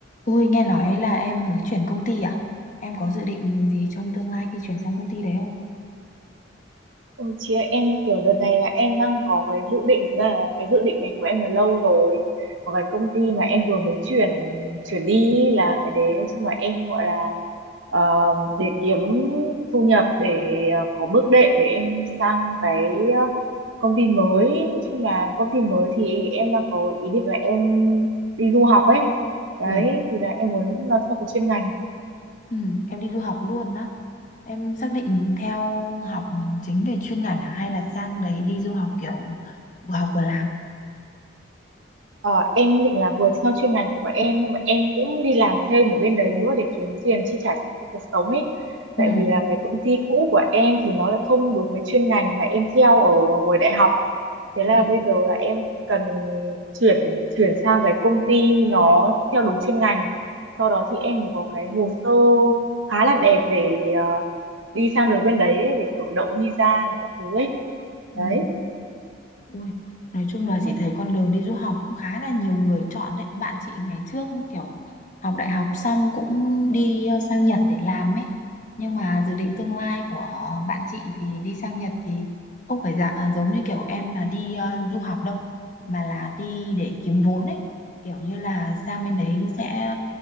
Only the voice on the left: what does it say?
Ui, nghe nói là em mới chuyển công ty à? Em có dự định gì trong tương lai khi chuyển sang công ty đấy không?
Ui,
ừ, em đi du học luôn đó. Em xác định theo học chính về chuyên ngành à? Hay là sang đấy đi du học kiểu vừa học vừa làm?
Ừ,
ừ,
ừ.
Ui, nói chung là
chị thấy con đường đi du học cũng khá là nhiều người chọn đấy. Bạn chị ngày trước kiểu học đại học xong cũng đi ờ, sang Nhật để làm ấy. Nhưng mà dự định tương lai của bạn chị thì đi sang Nhật thì không phải dạ à, giống như kiểu em là đi ờ, du học đâu, mà là đi để kiếm vốn ấy. Kiểu như là sang bên đấy sẽ